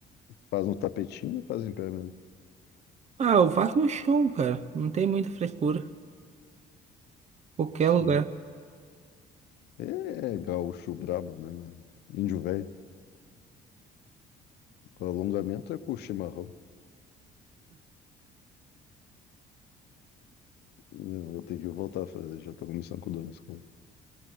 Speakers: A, on the left; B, on the right.
A: Faz no tapetinho ou faz em pé mesmo?
B: Ah, eu faço no chão, cara. Não tem muita frescura. Qualquer
A: Sim.
B: lugar.
A: É gaúcho brabo, né, mano? Índio velho. O alongamento é com o chimarrão. Eu vou ter que voltar a fazer, já tô começando com dor nas costas.